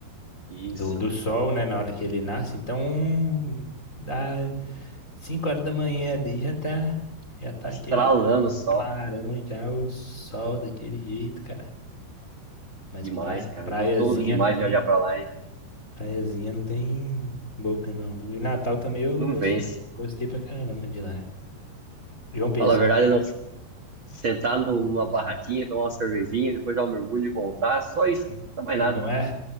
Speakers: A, on the right; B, on the left.
A: Isso.
B: do, do sol, né, na hora que ele nasce. Então, um, dá 5 horas da manhã ali já tá, já tá
A: Tá estralando
B: aquele
A: o sol.
B: Clarão já o sol daquele jeito, cara. Mas
A: Demais,
B: pra,
A: cara.
B: praiazinha
A: Gostoso demais
B: não tem,
A: de olhar pra lá, hein?
B: praiazinha não tem boca não, viu? E Natal também eu
A: Não
B: gos-
A: vence.
B: gostei pra caramba de lá. João Pessoa,
A: Fala a verdade, não. Sentar numa barraquinha, tomar uma cervejinha, depois dar um mergulho e voltar. Só isso. Não dá mais nada.
B: não é?